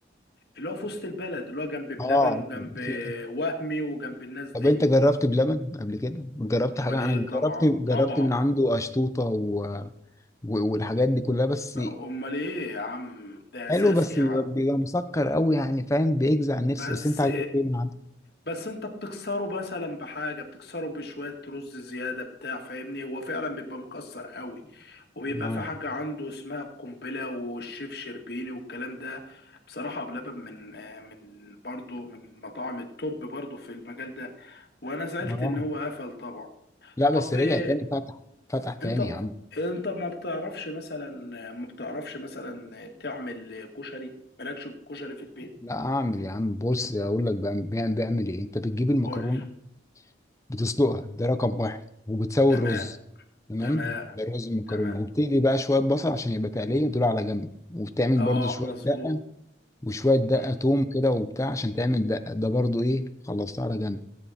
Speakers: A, on the left; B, on the left.
A: اللي هو في وسط البلد اللي هو جنب بلبن
B: اه
A: وجنب
B: في
A: وهمي وجنب الناس دي
B: طب انت جربت بلبن قبل كده جربت
A: امال
B: حاجه
A: ايه
B: انا
A: طبعا
B: جربت جربت
A: طبعا
B: من عنده اشطوطه و... و- والحاجات دي كلها بس
A: امال ايه يا عم ده اساسي
B: حلو بس
A: يا
B: بيبقى
A: عم
B: بيبقى مسكر قوي يعني فاهم بيجزع النفس
A: بس
B: بس انت عاجبك ايه من عنده
A: بس انت بتكسره مثلا بحاجه بتكسره بشويه رز زياده بتاع فاهمني هو فعلا بيبقى مكسر قوي وبيبقى
B: اه
A: في حاجه عنده اسمها القنبله والشيف شربيني والكلام ده بصراحه بلبن من من برضه من مطاعم التوب برضه في المجال ده وانا زعلت
B: اه
A: ان هو قفل طبعا
B: لا بس
A: طب
B: رجع
A: اه،
B: تاني فتح فتح تاني
A: انت
B: يا عم
A: انت ما بتعرفش مثلا ما بتعرفش مثلا تعمل كشري مالكش في الكشري في البيت
B: لا اعمل يا عم بص اقول لك بعمل بعمل- بعمل ايه انت بتجيب المكرونه
A: قول
B: بتسلقها ده رقم واحد وبتسوي
A: تمام
B: الرز تمام
A: تمام
B: ده رز المكرونه
A: تمام
B: وبتقلي بقى شويه بصل عشان يبقى تقليه دول على جنب وبتعمل
A: اه
B: برضو شويه
A: مظبوط
B: دقه وشويه دقه
A: مم.
B: توم كده وبتاع عشان تعمل دقه ده برضو ايه خلصتها على جنب